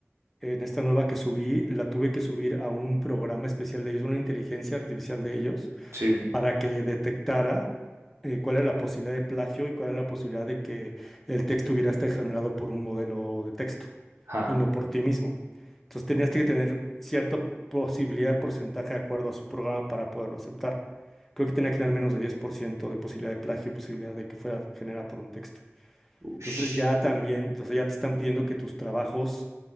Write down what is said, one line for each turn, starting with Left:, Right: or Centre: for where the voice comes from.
Centre: En esta nueva que subí, la tuve que subir a un programa especial de ellos, una inteligencia artificial de ellos,
Right: sí.
Centre: para que detectara eh, cuál era la posibilidad de plagio y cuál era la posibilidad de que el texto hubiera estado generado por un modelo de texto
Right: Ja.
Centre: y no por ti mismo. Entonces tenías que tener cierta posibilidad de porcentaje de acuerdo a su programa para poderlo aceptar. Creo que tenía que tener menos de 10% de posibilidad de plagio y posibilidad de que fuera generada por un texto.
Right: Ush.
Centre: Entonces ya también, o sea, ya te están pidiendo que tus trabajos